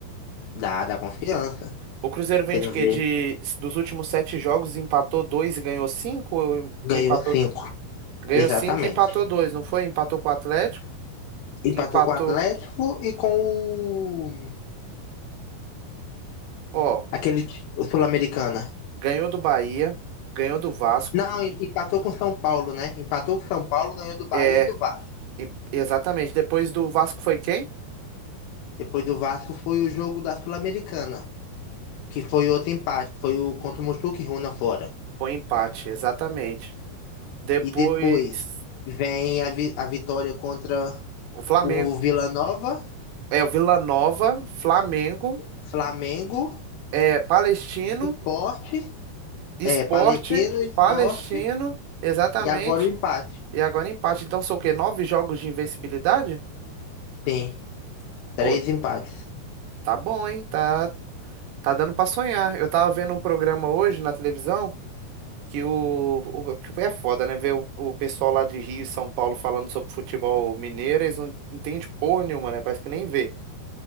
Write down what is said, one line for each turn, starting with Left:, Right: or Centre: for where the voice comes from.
Left: Dá, dá confiança.
Right: O Cruzeiro vem
Left: Você
Right: de
Left: não
Right: quê?
Left: vê?
Right: De, dos últimos sete jogos, empatou dois e ganhou cinco? Ou,
Left: Ganhou
Right: ou empatou,
Left: cinco.
Right: ganhou
Left: Exatamente.
Right: cinco e empatou dois, não foi? Empatou com o Atlético,
Left: Empatou
Right: empatou,
Left: com o Atlético e com o.
Right: ó,
Left: Aquele t- o Sul-Americana.
Right: ganhou do Bahia, ganhou do Vasco.
Left: Não, em- empatou com São Paulo, né? Empatou com São Paulo, ganhou do Bahia
Right: É,
Left: e do Vasco.
Right: e- exatamente. Depois do Vasco foi quem?
Left: Depois do Vasco foi o jogo da Sul-Americana, que foi outro empate, foi o contra o Mochuca Runa fora.
Right: Foi um empate, exatamente. Depois,
Left: E depois vem a, vi- a vitória contra
Right: o Flamengo.
Left: o Vila Nova,
Right: É, o Vila Nova, Flamengo,
Left: Flamengo,
Right: é, Palestino,
Left: Sport,
Right: Esporte,
Left: é, Palestino, Sport
Right: Palestino, exatamente.
Left: e agora o empate.
Right: E agora empate. Então são o quê? Nove jogos de invencibilidade?
Left: Sim, três
Right: Pô,
Left: empates.
Right: tá bom, hein? Tá, tá dando pra sonhar. Eu tava vendo um programa hoje na televisão que o, o- que é foda, né? Ver o, o pessoal lá de Rio e São Paulo falando sobre futebol mineiro, eles não entendem porra nenhuma, né? Parece que nem vê.